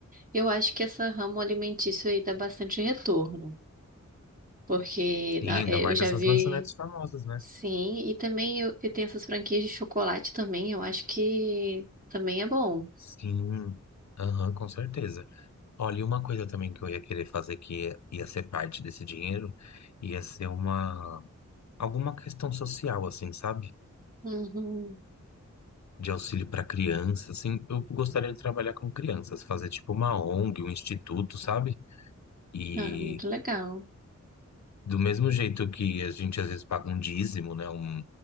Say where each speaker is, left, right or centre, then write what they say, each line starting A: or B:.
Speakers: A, on the right; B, on the left.
A: Eu acho que essa ramo alimentício aí dá bastante retorno, porque
B: Sim,
A: na-
B: ainda
A: eh,
B: mais
A: eu já
B: essas
A: vi,
B: lanchonetes famosas, né?
A: sim, e também eu, e tem essas franquias de chocolate também, eu acho que também é bom.
B: Sim, aham, com certeza. Olha, e uma coisa também que eu ia querer fazer que ia, ia ser parte desse dinheiro, ia ser uma alguma questão social, assim, sabe?
A: Uhum.
B: De auxílio para crianças, assim, eu gostaria de trabalhar com crianças, fazer tipo uma ONG, um instituto, sabe? E
A: Ah, muito legal.
B: do mesmo jeito que a gente às vezes paga um dízimo, né? Um,